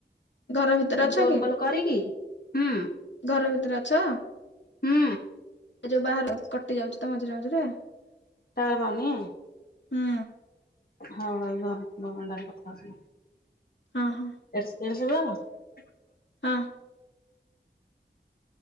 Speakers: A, on the left; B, on the left.
A: ଘର ଭିତରେ ଅଛ
B: ଗୋଲ
A: କି?
B: ଗୋଲ କରିକି ହୁଁ
A: ଘର ଭିତରେ ଅଛ?
B: ହୁଁ
A: ଏ ଯୋଉ ବାହାର କଟି ଯାଉଛି ତ ମଝିରେ ମଝିରେ।
B: ଟାୱାର ପାଉନି।
A: ହୁଁ
B: ହଁ ଏଇ ପା ମୋ ଫୋନ୍ ଟାରେ କଥା ହଉଛି।
A: ହଁ ହ।
B: <unintelligible>
A: ହଁ।